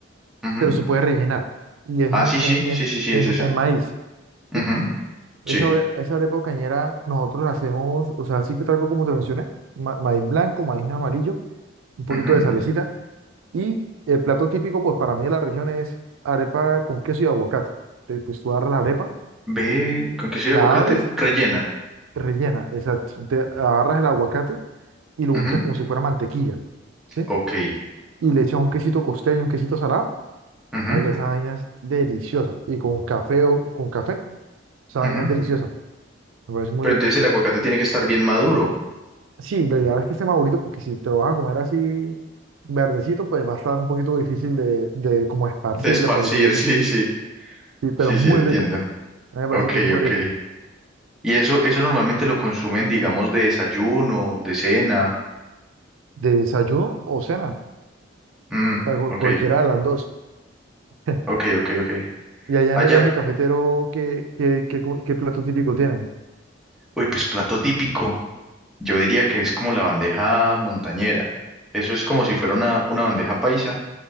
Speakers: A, in the centre; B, on the right (about 80°).
A: Ujú.
B: pero se puede rellenar. Y es
A: Ah,
B: en,
A: sí, sí,
B: en,
A: sí,
B: en,
A: sí, sí,
B: en,
A: es esa.
B: en maíz. ¿sí?
A: Ujú,
B: Esa,
A: Sí.
B: bre- esa arepa cañera nosotros la hacemos, o sea, así que tal cual como te mencioné, ma- maíz blanco, maíz amarillo, un poquito
A: ujú.
B: de salecita y el plato típico pues para mí de la región es arepa con queso y aguacate. Entonces, pues tú agarras la arepa,
A: Ve, con queso
B: la
A: y aguacate
B: abres,
A: rellena.
B: rellena, exacto, te agarras el aguacate y lo
A: Ujú,
B: untas como si fuera mantequilla, ¿sí?
A: Ok.
B: Y le echas un quesito costeño, un quesito salado,
A: ujú,
B: marica, esa vaina es deliciosa y con café o con café, esa vaina
A: ujú.
B: es deliciosa, me parece muy
A: Pero
B: rico.
A: entonces el aguacate tiene que estar bien maduro.
B: Sí, la idea es que esté madurito, porque si te lo vas a comer así verdecito, pues va a estar un poquito difícil de, de como esparcirle,
A: Desparcir,
B: por decirlo así.
A: <laughs> sí, sí,
B: Sí, pero
A: sí,
B: es
A: sí,
B: muy
A: entiendo.
B: rico. A mí me parece
A: Ok,
B: que es muy
A: ok.
B: rico.
A: Y eso, eso normalmente lo consumen, digamos, de desayuno, de cena.
B: ¿De desayuno o cena?
A: Mm,
B: O sea, cu-
A: ok,
B: cualquiera de las dos. <laughs>
A: Ok, ok, ok.
B: Y allá
A: Allá,
B: en el eje cafetero, ¿qué, qué, qué, cu- qué plato típico tienen?
A: uy, pues plato típico. Yo diría que es como la bandeja montañera. Eso es como si fuera una, una bandeja paisa,